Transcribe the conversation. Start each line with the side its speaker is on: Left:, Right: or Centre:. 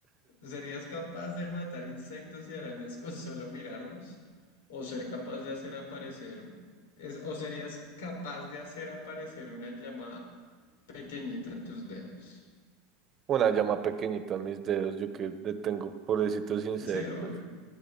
Left: ¿Serías capaz de matar insectos y arañas con solo mirarlos? ¿O ser capaz de hacer aparecer, es- o serías capaz de hacer aparecer una llamada pequeñita en tus dedos?
Right: Una llama pequeñita en mis dedos, yo que le tengo pobrecitos insectos.
Left: Sí, obvio.